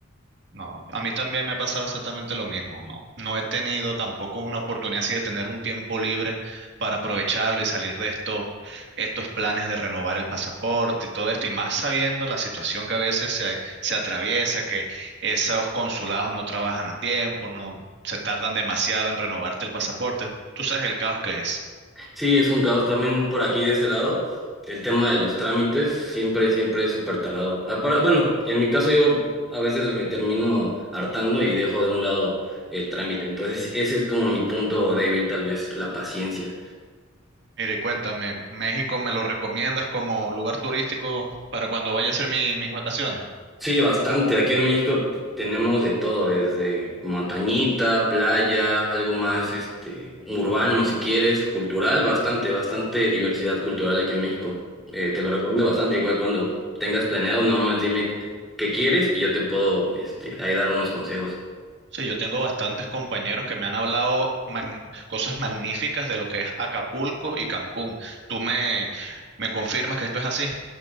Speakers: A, on the right; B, in the centre.
A: No, a mí también me ha pasado exactamente lo mismo. No, no he tenido tampoco una oportunidad así de tener un tiempo libre para aprovecharlo y salir de estos, estos planes de renovar el pasaporte y todo esto. Y más sabiendo la situación que a veces se, se atraviesa, que esos consulados no trabajan a tiempo, no se tardan demasiado en renovarte el pasaporte. Tú sabes el caos que es.
B: Sí, es un caos también por aquí de ese lado. El tema de los trámites siempre, siempre es súper tardado. Apar- Bueno, en mi caso yo a veces me termino hartando y dejo de un lado el trámite. Entonces, ese es como mi punto débil, tal vez, la paciencia.
A: Mire, cuéntame, ¿México me lo recomiendas como lugar turístico para cuando vaya a hacer mi- mis vacaciones?
B: Sí, bastante. Aquí en México t- tenemos de todo, desde montañita, playa, algo más, este, urbano si quieres, cultural, bastante, bastante diversidad cultural aquí en México. Eh, te lo recomiendo bastante, igual cuando tengas planeado, nada más dime qué quieres y yo te puedo, este, ahí dar unos consejos.
A: Sí, yo tengo bastantes compañeros que me han hablado mag- cosas magníficas de lo que es Acapulco y Cancún. ¿Tú me, me confirmas que esto es así?